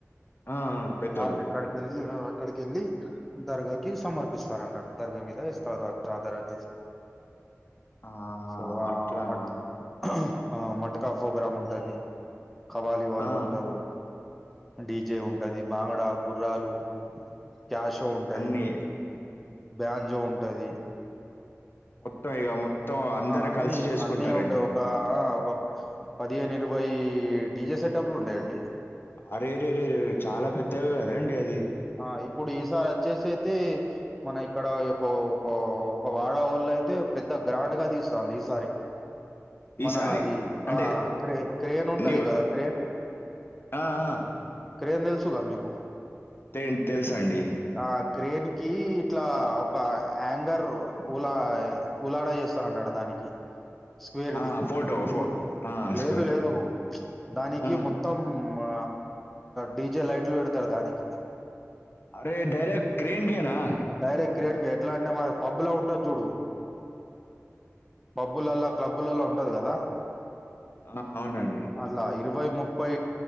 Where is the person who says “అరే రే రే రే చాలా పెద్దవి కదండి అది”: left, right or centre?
Left